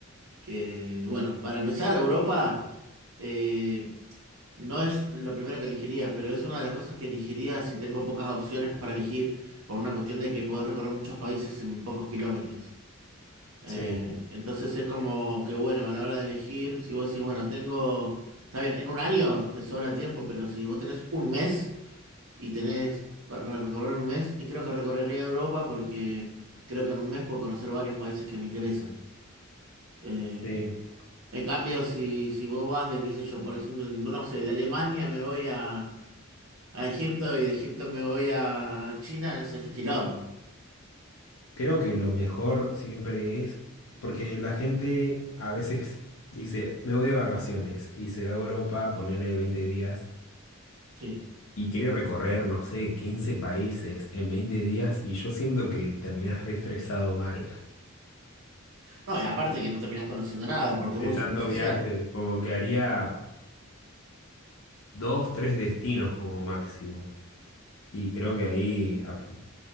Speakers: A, on the right; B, on the left.
A: que, bueno, para empezar, Europa eh, no es lo primero que elegiría, pero es una de las cosas que elegiría si tengo pocas opciones para elegir, por una cuestión de que podés recorrer muchos países en pocos kilómetros. Eh,
B: Sí,
A: entonces es como que bueno, a la hora de elegir, si vos decís, bueno, tengo, está bien, en un año te sobra tiempo, pero si vos tenés un mes y tenés para recorrer un mes, y creo que recorrería Europa porque creo que en un mes puedo conocer varios países que me interesan. Eh,
B: sí.
A: en cambio, si, si vos vas de, qué sé yo, por ejemplo, no sé, de Alemania me voy a, a Egipto y de Egipto me voy a China, es es un quilombo.
B: Creo que lo mejor siempre es, porque la gente a veces dice, me voy de vacaciones y se va a Europa, ponele 20 días,
A: Sí.
B: y quiere recorrer, no sé, 15 países en 20 días, y yo siento que terminas re estresado mal
A: No, y aparte que no terminás conociendo nada porque
B: de
A: es muy
B: tanto
A: superficial.
B: viaje, como que haría dos, tres destinos como máximo. Y creo que ahí, ap-